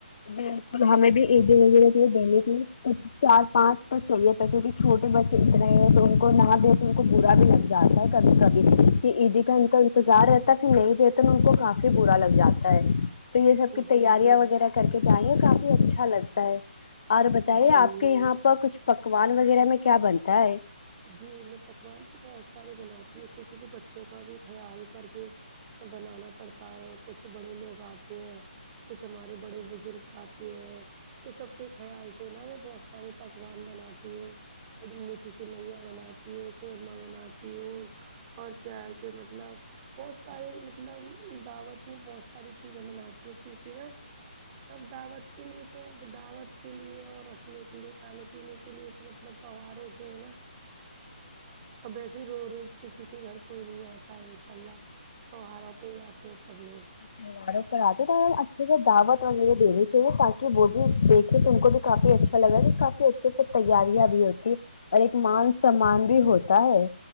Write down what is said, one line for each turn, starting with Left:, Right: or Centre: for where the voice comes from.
Left: بالکل ہمیں بھی عیدی وغیرہ کے لیے دینے کےلیےکچھ چار پانچ تو چاہیے تھا کیونکہ چھوٹے بچے اتنے ہیں تو ان کو نہ دے تو ان کو برا بھی لگ جاتا ہے کبھی کبھی کہ عیدی کا ان کا انتظار رہتا ہے پھر نہیں دیتے نہ ان کو کافی برا لگ جاتا ہے تو یہ سب کی
Right: جی
Left: تیاریاں وغیرہ کر کے جائیں گے کافی اچھا لگتا ہے اور بتائیے
Right: جی
Left: آپ کے یہاں پر کچھ پکوان وغیرہ میں کیا بنتا ہے
Right: جی میں پکوان تو بہت سارے بناتی ہوں کی کیونکہ بچوں کا بھی خیال کر کے بنانا پڑتا ہے کچھ بڑے لوگ آتے ہیں کچھ ہمارے بڑے بزرگ آتے ہیں تو سب کے خیال سے نا میں بہت سارے پکوان بناتی ہوں اور میٹھی سو یاں بناتی ہوں خورمہ بناتی ہوں اور کیا ہے کہ مطلب بہت سارے مطلب دعوت میں بہت ساری چیزیں بناتی ہوں کیونکہ نا اب دعوت کے لیے تو دعوت کے لیے اور رسنے کے لیے کھانے پینے کے لیے مطلب تہوار کے ہیں نا اب ایسے ہی رو روز کسی کے گھر کوئی نہیں آتا ہے انشاء اللہ تیوہاروں پہ ہی آتے ہیں سب لوگ
Left: تیوہاروں پر آتے ہیں تو اچھے سے دعوت و دینی چاہیے تاکہ وہ بھی دیکھے تم کو بھی کافی اچھا لگا کہ کافی اچھے سے تیاریاں بھی ہوتی اور ایک مان سمان بھی ہوتا ہے